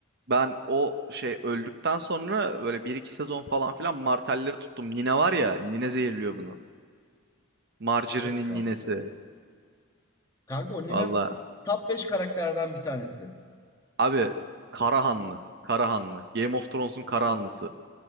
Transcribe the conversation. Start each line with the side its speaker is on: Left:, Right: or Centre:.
Right: Ben o şey öldükten sonra böyle bir iki sezon falan filan martelleri tuttum. Nine var ya, Nine zehirliyor bunu. Marjorie'nin
Left: Evet kanka.
Right: ninesi.
Left: Kanka o Nine
Right: Allah.
Left: top 5 karakterden bir tanesi.
Right: Abi Karahanlı. Karahanlı. Game of Thrones'un Karahanlısı.